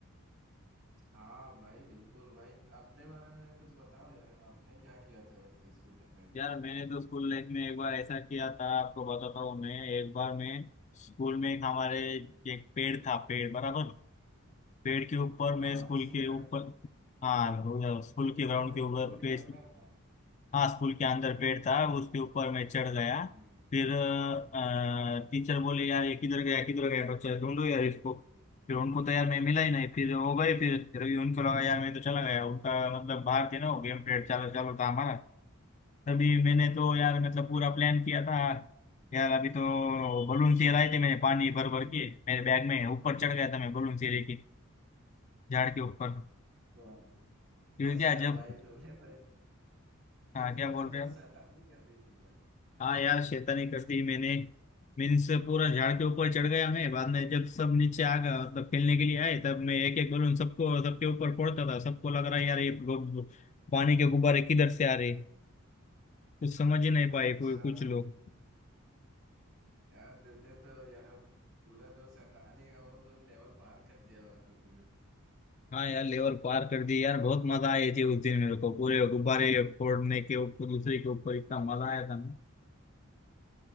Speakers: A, on the right; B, on the left.
A: हाँ भाई बिल्कुल भाई अपने बारे में कुछ बताओ यार आपने क्या किया था वैसे स्कूल टाइम
B: यार
A: पे
B: मैंने तो स्कूल लाइफ में एक बार ऐसा किया था आपको बताता हूँ मैं एक बार मैं स्कूल में एक हमारे एक पेड़ था पेड़ बराबर पेड़ के ऊपर
A: हाँ
B: मैं स्कूल
A: स्कूल
B: के
A: टाइम
B: ऊपर
A: पे
B: हाँ स्कूल के
A: अच्छा
B: ग्राउंड के ऊपर
A: स्कूल
B: पे
A: के अंदर था
B: हाँ स्कूल के अंदर पेड़ था उसके ऊपर मैं चढ़ गया
A: हम्म
B: फिर अ, टीचर बोले यार ये किधर गया किधर गया बच्चा ढूंढो यार इसको फिर उनको तो यार मैं मिला ही नहीं फिर हो गए फिर फिर भी उनको लगा यार मैं तो चला गया उनका मतलब बाहर थे ना गेम पीरियड चालू चालू था हमारा तभी मैंने
A: हाँ
B: तो
A: हाँ
B: यार मतलब पूरा प्लान किया था यार अभी तो बलून से लाए थे मैंने पानी भर भर के मेरे बैग में ऊपर चढ़ गया था मैं बलून से लेके झाड़ के ऊपर
A: हाँ।
B: फिर
A: अच्छा
B: क्या जब
A: भाई तुमने तो <laughs> भाई
B: हाँ क्या
A: तुमने
B: बोल रहे
A: तो
B: हो
A: शैतानी कर दी थी यार
B: हाँ यार शैतानी कर दी मैंने मीन्स पूरा झाड़ के ऊपर चढ़ गया मैं बाद में जब सब नीचे आ गया मतलब खेलने के लिए आए तब मैं एक एक बलून सबको सबके ऊपर फोड़ता था सबको लग रहा है यार ये गु- पानी के गुब्बारे किधर से आ रहे कुछ समझ ही नहीं
A: अच्छा
B: पाए कोई कुछ
A: भाई
B: लोग
A: यार तुमने तो यार पूरा जो शैतानी है वो तो लेवल पार कर दिया होगा तुमने
B: हाँ यार लेवल पार कर दी यार बहुत मजा आई थी उस दिन मेरे को पूरे गुब्बारे फोड़ने के ऊपर दूसरे के ऊपर इतना मजा आया था ना